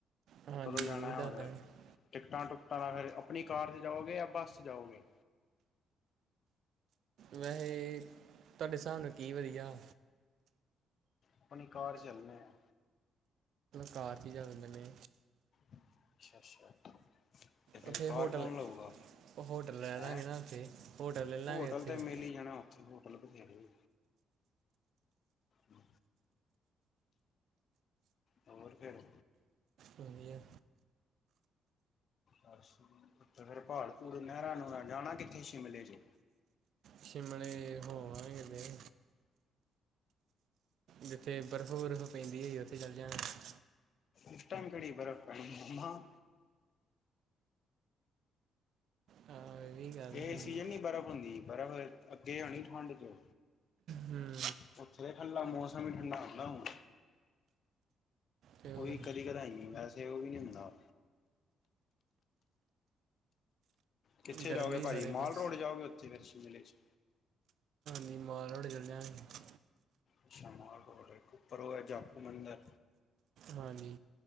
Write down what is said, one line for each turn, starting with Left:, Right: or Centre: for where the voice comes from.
Right: ਹਾਂਜੀ
Left: ਕਦੋਂ ਜਾਣੈ
Right: ਜ਼ਰੂਰ ਦੱਸਦਾਂਗੇ
Left: ਹੋਰ ਟਿਕਟਾਂ-ਟੁਕਟਾਂ ਦਾ ਫੇਰ ਆਪਣੀ ਕਾਰ ਚ ਜਾਓਗੇ ਜਾਂ ਬੱਸ ਚ ਜਾਓਗੇ?
Right: ਵੈਸੇ ਤੁਹਾਡੇ ਹਿਸਾਬ ਨਾਲ ਕੀ ਵਧੀਆ।
Left: ਆਪਣੀ ਕਾਰ ਚ ਚੱਲਣੇ ਆ।
Right: ਕਾਰ 'ਚ ਜਾਂਦੇ ਨੇ।
Left: ਅੱਛਾ-ਅੱਛਾ ਤੇ ਫੇਰ
Right: ਉੱਥੇ
Left: ਕਾਰ
Right: ਹੋਟਲ
Left: ਕੌਣ ਲਊਗਾ?
Right: ਹੋਟਲ ਲੈ
Left: ਹੈਂ
Right: ਦਾਂਗੇ ਨਾ ਓਥੇ, ਹੋਟਲ ਲੈ ਲਾਂਗੇ
Left: ਹੋਟਲ
Right: ਓਥੇ।
Left: ਤੇ ਮਿਲ
Right: <inaudible>
Left: ਹੀ ਜਾਣਾ ਉੱਥੇ ਹੋਟਲ ਬਥੇਰੇ ਹ। ਹੋਰ, ਫੇਰ।
Right: ਹੁੰਦੀਆ।
Left: ਹਰਸ਼ ਫਿਰ ਭਾੜ ਭੂੜ ਨਹਿਰਾਂ ਨੂਰਾਂ ਜਾਣਾ ਕਿੱਥੇ ਸ਼ਿਮਲੇ ਚ।
Right: ਸ਼ਿਮਲੇ ਹੋਵਾਂਗੇ ਤੇ। ਜਿੱਥੇ ਬਰਫ਼ ਬੁਰਫ਼ ਪੈਂਦੀ ਹੋਈ ਉੱਥੇ ਚੱਲ ਜਾਣਗੇ।
Left: ਇਸ ਟਾਈਮ ਕੜੀ ਬਰਫ਼ ਪੈਣੀਂ।
Right: ਹਾਂ ਇਹ ਵੀ ਗੱਲ
Left: ਇਹ
Right: ਸਹੀ
Left: ਸੀਜਨ ਨੀ ਬਰਫ਼ ਹੁੰਦੀ ਬਰਫ਼, ਅੱਗੇ ਆਉਣੀ ਠੰਡ ਚ।
Right: ਹੂੰ
Left: ਓਥੇ ਤੇ ਠਲਾ ਮੌਸਮ ਈ ਠੰਡਾ ਹੁੰਦਾ ਹੁਣ।
Right: ਤੇ ਹੋਰ
Left: ਉਹ ਵੀ ਕਦੀ ਕਦਾਈ, ਵੈਸੇ ਉਹ ਵੀ ਨਹੀਂ ਹੁੰਦਾ। ਕਿੱਥੇ
Right: ਗਰਮੀ
Left: ਜਾਓਗੇ ਪਾਈ
Right: ਸਾਡੇ
Left: ਮਾਲ
Right: ਪਾਸ
Left: ਰੋਡ ਜਾਓਗੇ ਓਥੇ ਫੇਰ ਸ਼ਿਮਲੇ ਚ?
Right: ਨੀ ਮਾਲ ਰੋਡ ਚਲਾ ਜਾਂ ਗੇ।
Left: ਅੱਛਾ ਮਾਲ ਰੋਡ ਏ, ਉਪਰ ਐ ਜਾਕੂ ਮੰਦਰ।
Right: ਹਾਂਜੀ।